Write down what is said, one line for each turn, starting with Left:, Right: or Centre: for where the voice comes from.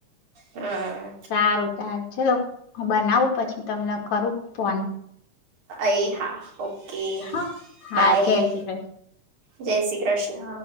Right: હમ
Left: સારું સારું ચલો હુ બનાવું પછી તમને કરું ફોન
Right: અર હા ઓકે
Left: હા હા
Right: બાય
Left: જય શ્રી કૃષ્ણ
Right: જય શ્રી કૃષ્ણ